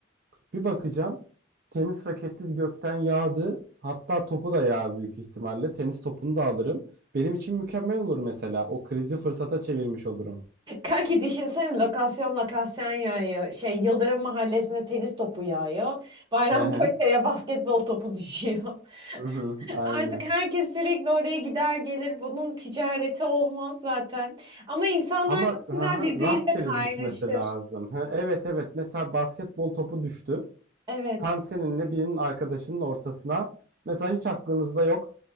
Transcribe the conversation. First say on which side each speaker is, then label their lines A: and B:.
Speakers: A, on the right; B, on the right.
A: Bir bakacağım tenis raketi gökten yağdı. Hatta topu da yağar büyük ihtimalle. Tenis topunu da alırım. Benim için mükemmel olur mesela. O krizi fırsata çevirmiş olurum.
B: Kanki düşünsene lokasyon lokasyon yağıyor. Şey Yıldırım Mahallesi'ne tenis topu yağıyor. Bayrampaşa'ya
A: Hı hı.
B: basketbol topu düşüyor. <laughs>
A: Hı hı, Aynen.
B: Artık herkes sürekli oraya gider gelir. Bunun ticareti olmaz zaten. Ama insanlar
A: Ama
B: çok
A: ha,
B: güzel
A: ha,
B: birbiriyle
A: rastgele
B: kaynaşır.
A: düşmesi lazım. Ha, evet evet mesela basketbol topu düştü.
B: Evet.
A: Tam seninle birinin arkadaşının ortasına. Mesela hiç aklınızda yok.